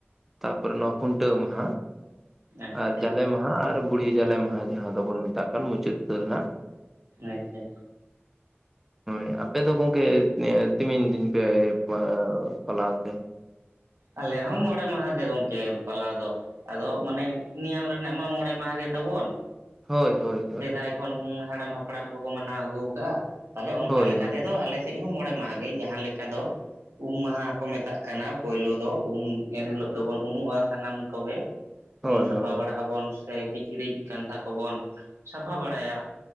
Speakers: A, in the centre; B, on the right.
A: ᱛᱟᱯᱚᱨᱮ ᱱᱚᱣᱟ ᱠᱷᱩᱱᱴᱟᱹᱣ ᱢᱟᱦᱟ,
B: ᱟᱪᱪᱷᱟ
A: ᱟᱨ ᱡᱟᱞᱮ ᱢᱟᱦᱟ, ᱟᱨ ᱵᱩᱲᱦᱤ ᱡᱟᱞᱮ ᱢᱟᱦᱟ ᱡᱟᱦᱟᱸ ᱫᱚᱵᱚᱱ ᱢᱮᱛᱟᱜ ᱠᱟᱱ ᱢᱩᱪᱟᱹᱫ ᱨᱮᱱᱟᱜ,
B: ᱟᱪᱪᱷᱟ
A: ᱦᱳᱭ ᱟᱯᱮ ᱫᱚ ᱜᱚᱝᱠᱮ ᱛᱤᱢᱤᱱ ᱫᱤᱱ ᱯᱮ ᱢᱟ ᱯᱟᱞᱟᱣ ᱟᱯᱮ,
B: ᱟᱞᱮ ᱦᱚᱸ ᱢᱚᱬᱮ ᱢᱟᱦᱟ ᱜᱮ ᱜᱚᱝᱠᱮ ᱯᱟᱞᱟᱣ ᱫᱚ ᱾ ᱟᱫᱚ ᱢᱟᱱᱮ ᱱᱮᱭᱟᱢ ᱨᱮᱱᱟᱜ ᱢᱟ ᱢᱚᱬᱮ ᱢᱟᱦᱟ ᱜᱮ ᱛᱟᱵᱚᱱ
A: ᱦᱳᱭ ᱦᱳᱭ ᱦᱳᱭ
B: ᱥᱮᱫᱟᱭ ᱠᱷᱚᱱ ᱦᱟᱲᱟᱢ ᱦᱟᱯᱲᱟᱢ ᱠᱚᱠᱚ ᱢᱟᱱᱟᱣ ᱟᱹᱜᱩ ᱠᱟᱜ-ᱟ ᱛᱟᱦᱚᱞᱮ ᱚᱱᱠᱟ
A: ᱦᱳᱭ
B: ᱞᱮᱠᱟ
A: ᱦᱳᱭ
B: ᱛᱮᱫᱚ ᱟᱞᱮ ᱥᱮᱫ ᱦᱚᱸ ᱢᱚᱬᱮ ᱢᱟᱦᱟ ᱜᱮ ᱡᱟᱦᱟᱸ ᱞᱮᱠᱟ ᱫᱚ, ᱩᱢ ᱢᱟᱦᱟ ᱠᱚ ᱢᱮᱛᱟᱜ ᱠᱟᱱᱟ, ᱯᱳᱭᱞᱳ ᱫᱚ ᱩᱢ ᱮᱱ ᱦᱤᱞᱳᱜ ᱫᱚᱵᱚᱱ ᱩᱢᱩᱜ-ᱟ, ᱥᱟᱱᱟᱢ ᱠᱚᱜᱮ,
A: ᱦᱳᱭ
B: ᱩᱢ ᱥᱟᱯᱷᱟ
A: ᱦᱳᱭ
B: ᱵᱟᱲᱟᱜ ᱟᱵᱚᱱ ᱥᱮ ᱠᱤᱪᱨᱤᱡ ᱠᱟᱱᱛᱷᱟ ᱠᱚᱵᱚᱱ ᱥᱟᱯᱷᱟ ᱵᱟᱲᱟᱭᱟ ᱾